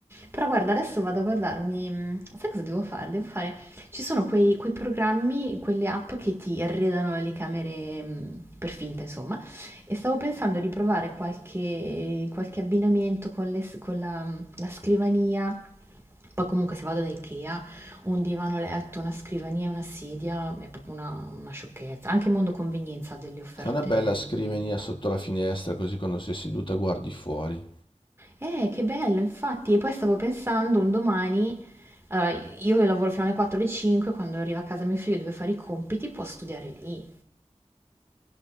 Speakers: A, on the right; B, on the left.
A: Però guarda, adesso vado a guardarmi, mh, sai cosa devo fare? Devo fare, ci sono quei, quei programmi, quelle app che ti arredano le camere mh, per finta, insomma, e stavo pensando di provare qualche, qualche abbinamento con, le s- con la, mm, la scrivania, poi comunque se vado da Ikea, un divano letto, una scrivania e una sedia, è proprio una, una sciocchezza. Anche Mondo Convenienza ha delle offerte
B: Fa una bella scrivania
A: buone.
B: sotto la finestra, così quando sei seduta guardi fuori.
A: Eh, che bello, infatti, e poi stavo pensando un domani Allora, io che lavoro fino alle 4 alle 5, quando arriva a casa mio figlio e deve fare i compiti, può studiare lì.